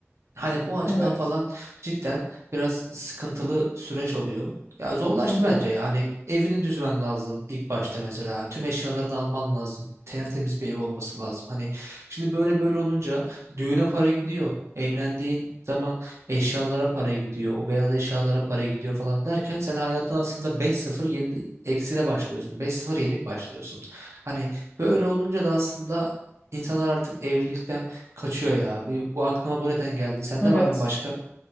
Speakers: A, on the right; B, on the left.
A: Hani bu açıdan
B: Evet.
A: falan cidden biraz sıkıntılı süreç oluyor. Ya zorlaştı
B: Hı hı,
A: bence ya. Hani evini düzmen lazım ilk başta mesela. Tüm eşyalarını alman lazım. Tertemiz bir ev olması lazım. Hani şimdi böyle böyle olunca düğüne para gidiyor. Evlendiğin zaman eşyalara para gidiyor. O beyaz eşyalara para gidiyor falan derken sen hayata aslında 5-0 yeni ekside başlıyorsun. 5-0 yenik başlıyorsun. Hani böyle olunca da aslında insanlar artık evlilikten Kaçıyor ya. Bir, bu aklıma bu neden geldi. Sende
B: evet.
A: var mı başka?